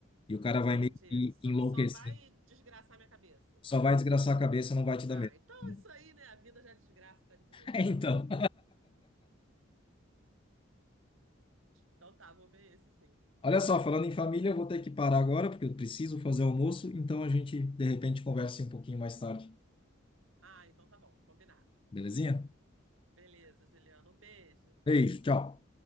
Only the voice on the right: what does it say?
Entendi.
Só,
só vai desgraçar minha cabeça,
só
isso.
Ah,
então
é isso aí, né? A vida já é desgraça, tá de boa.
Então tá, vou ver esse sim.
Ah, então tá bom, combinado.
Beleza, Juliana. Um beijo.